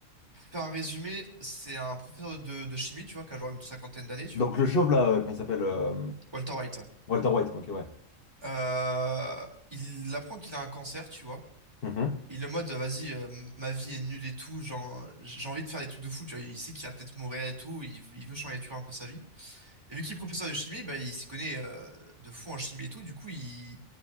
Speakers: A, on the right (about 20°); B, on the left (about 45°).
A: pour faire un résumé, c'est un professeur de, de chimie, tu vois, qui a genre une cinquantaine d'années, tu
B: Donc
A: vois.
B: le chauve là, euh, comment il s'appelle euh,
A: Walter White. ouais.
B: Walter White, ok, ouais.
A: Euh, il apprend qu'il a un cancer, tu vois.
B: Mhm.
A: Il est en mode, vas-y, euh, ma vie est nulle et tout, genre, j'ai envie de faire des trucs de fou, tu vois. Il sait qu'il va peut-être mourir et tout, il, il veut changer, tu vois, un peu sa vie. Et vu qu'il est professeur de chimie, bah, il s'y connaît euh, de fou en chimie et tout, du coup, il,